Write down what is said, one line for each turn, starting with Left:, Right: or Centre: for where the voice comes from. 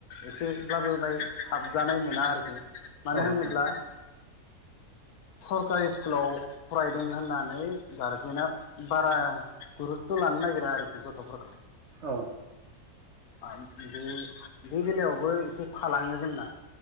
Left: एसेब्लाबो बाय साबजानाय मोना आरोखि मानो
Right: औ नोंथां
Left: होनोब्ला सरकारि स्कुलाव फरायदों होननानै गारजेना बारा गुरुतथ' लानो नागिरा आरोखि गथ'फोरखौ
Right: औ
Left: ओ बे बे बेलायावबो एसे थालाङो जोंना